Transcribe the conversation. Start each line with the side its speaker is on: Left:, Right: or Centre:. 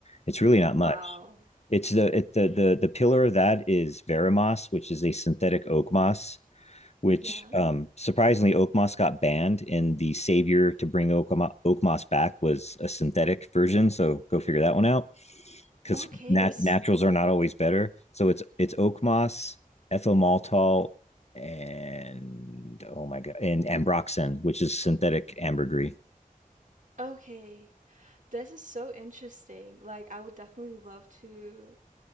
Left: It's really not
Right: Wow.
Left: much. It's the it, the the the pillar of that is Veramoss, which is a synthetic oak moss. Which
Right: Yeah.
Left: um, surprisingly, oak moss got banned, and the savior to bring oak, oak moss back was a synthetic version. So go figure that one out because
Right: Okay,
Left: nat-
Right: s-
Left: naturals are not always better. So it's it's oak moss, ethyl maltol, and oh my god, and ambroxan, which is synthetic ambergris.
Right: okay. This is so interesting. Like, I would definitely love to